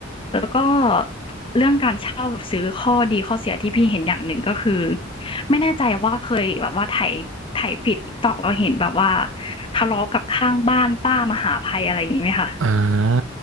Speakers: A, on the left (about 25°); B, on the right (about 70°).
A: แล้วก็เรื่องการเช่ากับซื้อข้อดีข้อเสียที่พี่เห็นอย่างหนึ่งก็คือไม่แน่ใจว่าเคยแบบว่าไถไถฟีด TikTok แล้วเห็นแบบว่าทะเลาะกับข้างบ้านป้ามหาภัยอะไรอย่างงี้ไหมคะ
B: อ่า